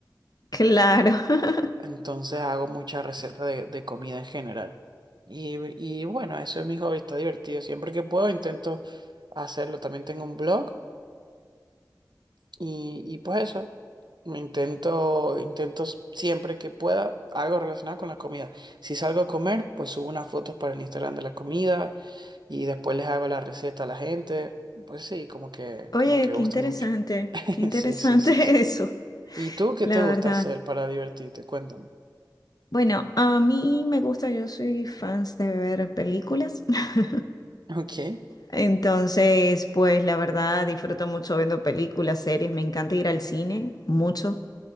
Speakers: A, on the left; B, on the right.
A: Claro. <laughs>
B: Entonces hago muchas recetas de, de comida en general. Y, y bueno, eso es mi hobby, está divertido. Siempre que puedo intento hacerlo. También tengo un blog. Y, y pues eso, me intento, intento siempre que pueda algo relacionado con la comida. Si salgo a comer, pues subo unas fotos para el Instagram de la comida y después les hago la receta a la gente. Pues sí, como que,
A: Oye,
B: como que gusta
A: qué interesante.
B: mucho. <laughs>
A: Qué interesante
B: Sí, sí, sí, sí.
A: <laughs> eso,
B: ¿Y tú qué
A: la
B: te gusta
A: verdad.
B: hacer para divertirte? Cuéntame.
A: Bueno, a mí me gusta, yo soy fans de ver películas. <laughs>
B: Ok.
A: Entonces, pues la verdad disfruto mucho viendo películas, series, me encanta ir al cine, mucho.